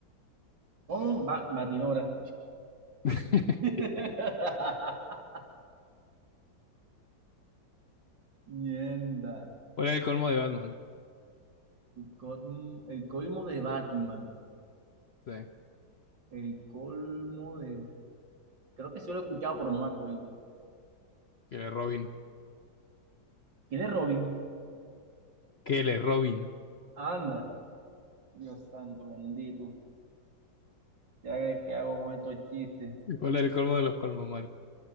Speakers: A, on the right; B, on the left.
A: ¿Cómo? Ba- batidora.
B: <laughs>
A: <laughs> Mierda.
B: ¿Cuál es el colmo de Batman?
A: Colmo- El colmo de Batman.
B: Sí.
A: El colmo de. Creo que sí lo he escuchado, pero no me acuerdo.
B: Que le Robin.
A: ¿Quién es Robin?
B: Que le Robin.
A: Anda. Dios santo, bendito. Ya que, ¿qué hago con estos chistes?
B: ¿Cuál es el colmo de los colmos, Marco?